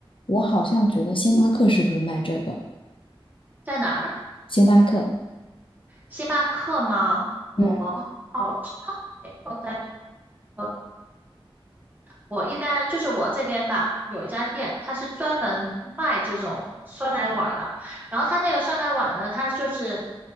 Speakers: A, on the left; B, on the right.
A: 我好像觉得星巴克是不是卖这个？
B: 在哪儿？
A: 星巴克，
B: 星巴克吗？我
A: 嗯
B: 好像没有在，呃，我一般就是我这边吧，有一家店，它是专门卖这种酸奶碗儿的。然后它那个酸奶碗呢，它就是